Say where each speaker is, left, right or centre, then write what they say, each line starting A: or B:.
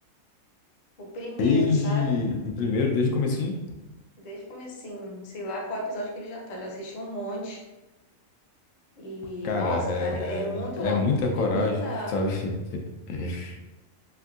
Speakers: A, on the left; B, on the left.
A: O primeiro,
B: Desde
A: sabe?
B: o primeiro, desde o comecinho,
A: Desde o comecinho. Sei lá qual episódio que ele já tá. Já assistiu um monte. E,
B: cara,
A: nossa,
B: é,
A: cara, é muito
B: é,
A: louco,
B: é muita
A: porque
B: coragem,
A: tem muita.
B: sabe? <laughs>